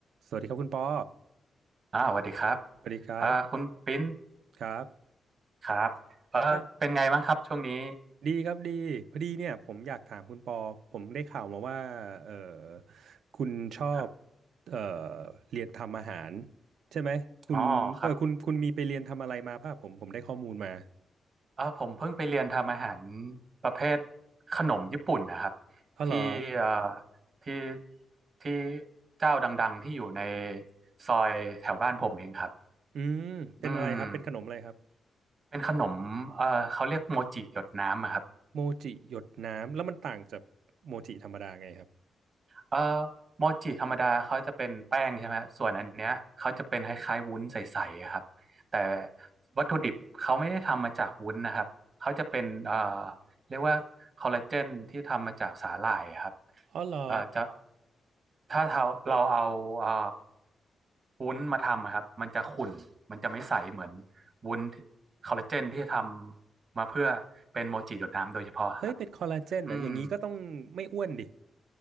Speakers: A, on the right; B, on the right.
A: สวัสดีครับคุณปอ
B: อ่าสวัสดีครับ
A: สวัสดีครับ
B: อ่าคุณปิ้น
A: ครับ
B: ครับเออเป็นไงบ้างครับช่วงนี้
A: อ่ะดีครับดีพอดีเนี่ยผมอยากถามคุณปอผมได้ข่าวมาว่าเออคุณชอบ
B: ครับ
A: เออเรียนทำอาหารใช่ไหมคุณเออคุณคุณมีไปเรียนทำอะไรมาป่ะผมผมได้ข้อมูลมา
B: อ๋อครับเออผมเพิ่งไปเรียนทำอาหารประเภทขนมญี่ปุ่นนะครับ
A: อ๋อเหรอ
B: ที่เอ่อที่ที่เจ้าดังๆที่อยู่ในซอยแถวบ้านผมเองครับ
A: อืมเป็นอะไรครับเป็นขนมอะไรครับ
B: อืมเป็นขนมเออเขาเรียกโมจิหยดน้ำอะครับ
A: โมจิหยดน้ำแล้วมันต่างจากโมจิธรรมดาไงครับ
B: เอ่อโมจิธรรมดาเขาจะเป็นแป้งใช่ไหมส่วนอันเนี้ยเขาจะเป็นคล้ายๆวุ้นใสๆอะครับแต่วัตถุดิบเขาไม่ได้ทำมาจากวุ้นนะครับเขาจะเป็นเอ่อเรียกว่าคอลลาเจนที่ทำมาจากสาหร่ายอะครับ
A: อ๋อเหรอ
B: เอ่อจะถ้าเราเราเอาเอ่อวุ้นมาทำอะครับมันจะขุ่นมันจะไม่ใสเหมือนวุ้นคอลลาเจนที่ทำมาเพื่อเป็นโมจิหยดน้ำโดยเฉพาะครับ
A: เฮ้ยเป็นคอลลาเจนเหรออย่างนี้ก็ต้องไม่อ้วนดิ
B: อืม